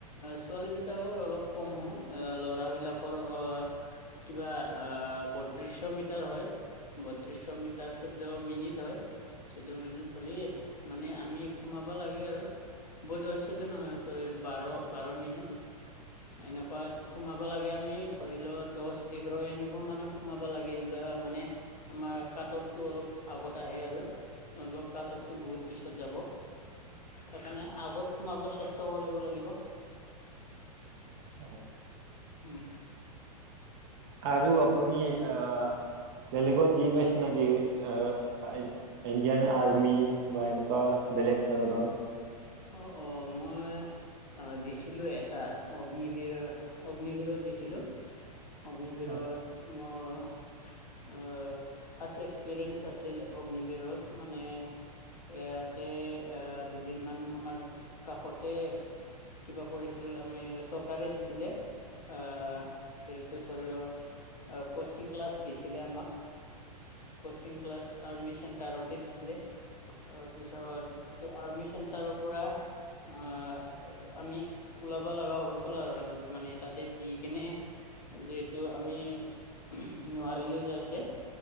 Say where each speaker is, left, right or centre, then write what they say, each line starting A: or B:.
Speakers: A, on the left; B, on the right.
A: ছোৱালী বিতাকৰো অলপ কম হয় ল'ৰাবিলাক ওপৰৰ অ কিবা আহ বত্ৰিশশ মিটাৰ হয় বত্ৰিশশ মিটাৰ চৈধ্য মিনিট হয় চৈধ্য মিনিট হলে মানে আমি সোমাব লাগে আৰু বহুত অ চৈধ্য নহয় চৰি বাৰ বাৰ মিনিট এনেকুৱাত সোমাব লাগে আমি ধৰি ল দহ এঘাৰ এনেকুৱা মানত সোমাব লাগে এইবিলাক মানে আমাৰ কাট অফটো অলপ আগত আহে আৰু নলব পাটপতো বহুত পিছত যাব সেইকাৰণে আগত সোমাব চেষ্টা কৰিব লাগিব।
B: অ
A: উম।
B: আৰু আপুনি আহ বেলেগত দি পাইছে নেকি? আ ইণ্ডিয়ান আৰ্মি বা এনেকুৱা বেলেগ ধৰণৰ
A: অ অ মই অ দিছিলো এটাত অগ্নিবীৰৰ অগ্নিবিৰত দিছিলো। অগ্নিবৰত
B: অ',
A: মোৰ ফাৰ্ষ্ট এক্সপিৰিয়েন্ঞ্চ আছিল অগ্নিবীৰত মানে। ইয়াতে আহ দুদিনমান আমাৰ কাষতে কিবা কৰিছিল আমি চৰকাৰে দিছিলে আহ সেইটো ধৰি ল‌ কচিং ক্লাছ দিছিলে আমাক। কচিং ক্লাছ আৰ্মি চেণ্টাৰতে দিছিলে। তাৰপিছত এইটো আৰ্মি চেণ্টাৰৰ পৰা আ আমি ওলাবা লগা হৈ গ'ল আৰু মানে তাতে দি কেনে যিহেতু আমি নোৱাৰিলো ইযাতে